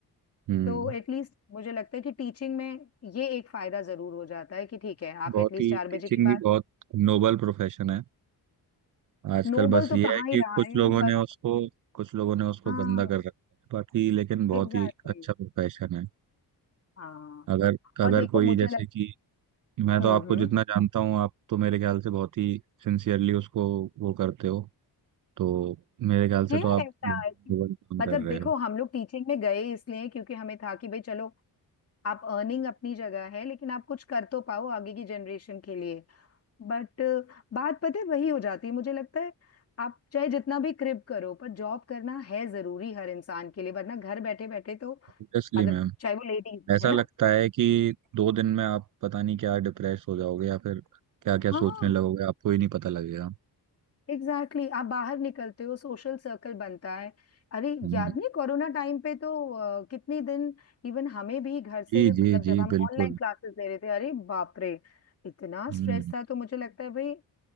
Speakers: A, on the right; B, on the left.
A: हम्म
B: तो एटलीस्ट मुझे लगता है कि टीचिंग में ये एक फायदा जरूर हो जाता है कि ठीक है आप
A: बहुत
B: एटलीस्ट
A: ही
B: चार
A: टीचिंग
B: बजे के बाद
A: भी बहुत नोबल प्रोफेशन है आजकल
B: नोबल
A: बस
B: तो
A: ये
B: कहाँ
A: है कि
B: ही रहा
A: कुछ
B: है
A: लोगों
B: अब, बट
A: ने उसको कुछ लोगों ने उसको
B: हाँ
A: गंदा कर रखा है बाकी लेकिन बहुत
B: एग्जैक्टली
A: ही अच्छा
B: exactly,
A: प्रोफेशन है
B: हाँ
A: अगर अगर
B: और देखो
A: कोई
B: मुझे
A: जैसे
B: लग
A: कि मैं तो
B: हम्म
A: आपको
B: हम्म
A: जितना जानता हूँ आप तो मेरे ख्याल से बहुत ही सिंसियरली उसको वो करते हो तो मेरे ख्याल से
B: है
A: तो आप
B: ऐसा
A: बहुत ही
B: कि-
A: नोबल काम
B: मतलब
A: कर रहे
B: देखो
A: हो
B: हम लोग टीचिंग में गए इसलिए क्योंकि हमें था कि भाई चलो आप अर्निंग अपनी जगह है लेकिन आप कुछ कर तो पाओ आगे की जनरेशन के लिए बट बात पता है वही हो जाती है मुझे लगता है आप चाहे जितना भी क्रिप करो पर जॉब करना है जरूरी हर इंसान के लिए वरना घर बैठे बैठे तो
A: ऑब्वियसली
B: मतलब
A: मैम
B: चाहे वो लेडीज
A: ऐसा
B: है ना
A: लगता है कि दो दिन में आप पता नहीं क्या डिप्रेस हो जाओगे या फिर क्या क्या
B: हाँ
A: सोचने लगोगे आपको ही नहीं पता लगेगा
B: एग्जैक्टली exactly. आप बाहर निकलते हो सोशल सर्कल बनता है अरे
A: हम्म,
B: याद नहीं कोरोना टाइम पे तो अ, कितनी दिन इवन हमें भी घर से
A: जी
B: मतलब
A: जी
B: जब
A: जी
B: हम
A: बिल्कुल
B: ऑनलाइन क्लासेस ले रहे थे अरे बाप रे इतना
A: हम्म
B: स्ट्रेस था तो मुझे लगता है भाई